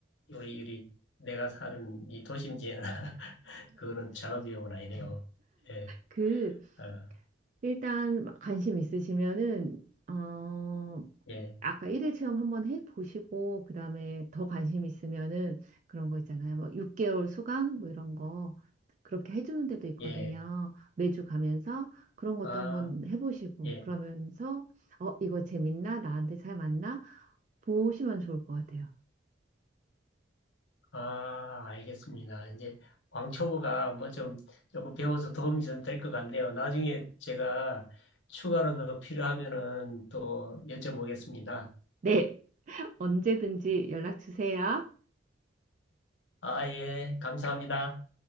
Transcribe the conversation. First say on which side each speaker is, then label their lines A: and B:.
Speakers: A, on the left; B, on the right.
A: 우리, 우리, 내가 사는 이 도심지에는 <laughs> 그거는 작은 비용은 아니네요. 예.
B: 그,
A: 아,
B: 일단 관심 있으시면은, 어,
A: 예,
B: 아까 일일 체험 한번 해보시고 그다음에 더 관심 있으면은 그런 거 있잖아요. 뭐 6개월 수강 뭐 이런 거 그렇게 해주는 데도 있거든요.
A: 예,
B: 매주 가면서 그런 것도
A: 아,
B: 한번 해보시고
A: 예,
B: 그러면서 어, 이거 재밌나? 나한테 잘 맞나? 보시면 좋을 것 같아요.
A: 아, 알겠습니다. 이제 왕초보가 뭐 좀 조금 배워서 도움이 좀 될 것 같네요. 나중에 제가 추가로 더 필요하면은 또 여쭤보겠습니다.
B: 네, 언제든지 연락 주세요.
A: 아, 예, 감사합니다.